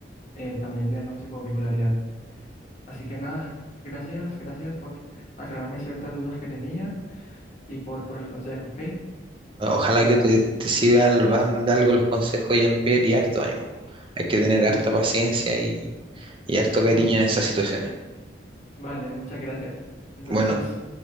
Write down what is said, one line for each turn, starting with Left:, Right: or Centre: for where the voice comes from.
Left: eh, también diagnóstico de bipolaridad. Así que nada, gracias, gracias por aclararme ciertas dudas que tenía y por, por el consejo, ¿ok?
Right: Ojalá
Left: Ya,
Right: que te, te siga al van de algo los consejos, Jean-Pierre, y harto ánimo. Hay que tener harta
Left: <laughs>
Right: paciencia y, y harto cariño
Left: sí,
Right: en esas situaciones.
Left: vale, muchas gracias. Entonces,
Right: Bueno,